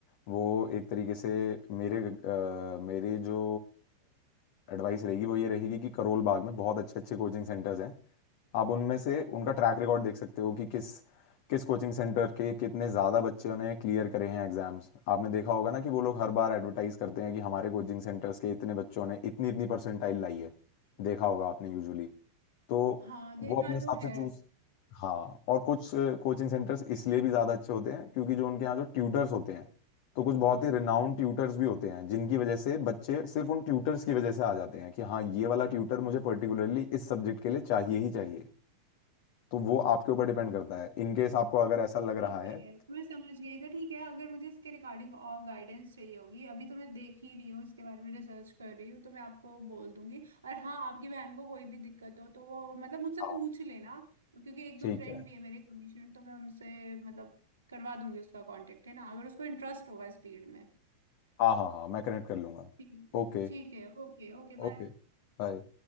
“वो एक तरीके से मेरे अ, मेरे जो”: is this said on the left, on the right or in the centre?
Left